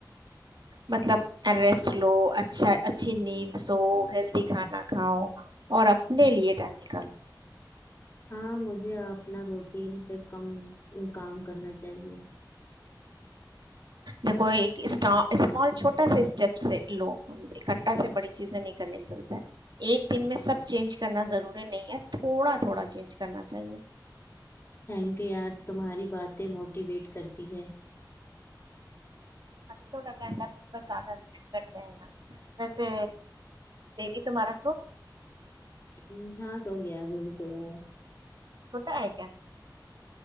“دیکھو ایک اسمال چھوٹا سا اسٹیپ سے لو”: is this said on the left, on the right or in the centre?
Right